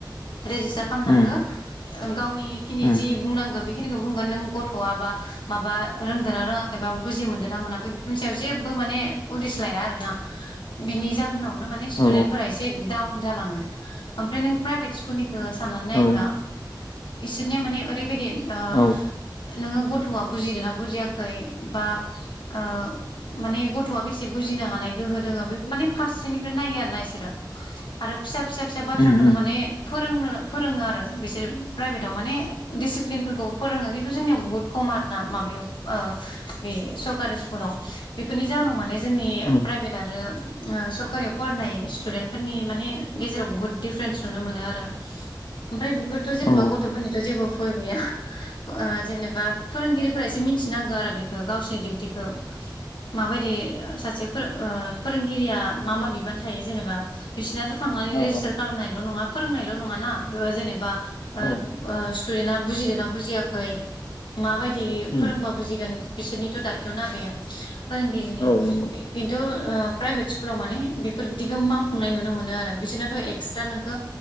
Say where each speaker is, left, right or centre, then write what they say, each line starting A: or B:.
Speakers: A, on the left; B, on the left.
A: रेजिस्टार खालामनांगो
B: उम
A: औ गावनिखिनि
B: उम
A: जि बुंनां बेखिनिखो बुंबानो नों ग थ'आ बा माबा रोंदोना रोङाखै माबा बुजि मोनदों ना मोनाखै बेफोरनि सायाव जेबो माने उदिस लाया आरो ना बिनि जाहोनाव माने स्तुदेन
B: औ
A: फोरा एसे दाउन जालाङो ओमफ्राय नों प्राइभेट स्कुलनि साननानै नायब्रा
B: औ
A: इसोरनिया माने ओरैबायदि आ
B: औ औ
A: नोङो गथ'आ बुजिदोना बुजियाखै बा ओ माने गथ'आ बेसे बुजिनो हानाय गोहो दोङो बे माने फारसेनिफ्राय नायो आरो ना इसोरो आरो फिसा फिसा फिसा बाथ्राखोनो
B: उम
A: माने फोरोंनो फोरोङो आरो बिसोर प्राइभेटाव माने डिसिप्लिनफोरखौ फोरों किन्तु जोंनियाव बहुत खम आरो नाव माबायाव ओ बे सर कारि स्कुलाव बेफोरनि जाहोनाव माने जोंनि
B: उम
A: प्राइभेट आरो ओ सरकारियाव फरायनाय स्टुदेन्ट फोरनि माने गेजेराव बुहुत दिफारेन्स नुनो मोनो आरो ओमफ्राय बेफोरथ' जेनेबा
B: औ
A: गथ'फोरनिथ' जेबो भु ल गैया। ओ जेनेबा फोरोंगिरिफोरा एसे मिनथिनांगौ आरो बे ओ गावसिनि दिउतिखो माबायदि सासेफोर ओ फोरोंगिरिया मा मा बिबान थायो जेनेबा बिसिनाथ' थांनानै
B: औ
A: रेजिस्टार खालामनायल' नङा फोरोंनायल' नङाना ओ जेनेबा ओ
B: औ उम औ
A: ओ स्टुदेन्टया बुजिदोना बुजियाखै खै माबाय दि
B: उम
A: फोरोंबा बुजिगोन बिसोरनिथ' दायथ'ना बेयो फोरोंगिरिनि
B: औ नंगौ
A: किन्टु ओ प्राइभेट स्कुलाव माने बेफोरदिखौ मावफुंनाय नुनो मोनो आरो बिसोरनाथ' एक्सट्रा नोंखौ